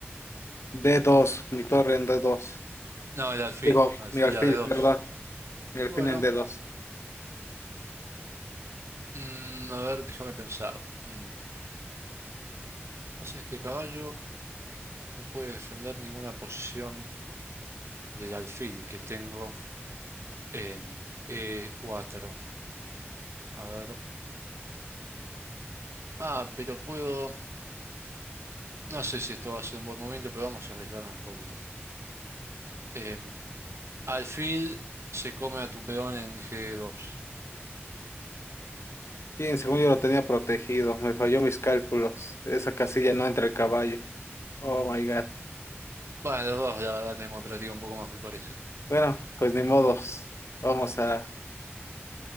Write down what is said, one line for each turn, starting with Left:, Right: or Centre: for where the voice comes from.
Left: d dos. mi torre en d dos.
Right: No, el alfil,
Left: Digo,
Right: alfil
Left: mi alfil,
Right: a de dos.
Left: perdón. Mi alfil
Right: Y bueno,
Left: en d dos.
Right: mm, a ver, déjame pensar. Mm, pasa que este caballo no puede defender ninguna posición del alfil que tengo en e cuatro. A ver. Ah, pero puedo. No sé si esto va a ser un buen momento, pero vamos a arriesgarnos un poquito. Em, alfil se come a tu peón en g dos.
Left: Sí, según yo lo tenía protegido. Me falló mis cálculos. Esa casilla no entra el caballo. Oh my God.
Right: Bueno, los dos, la verdad, tenemos práctica un poco más, me parece.
Left: Bueno, pues ni modos. Vamos a.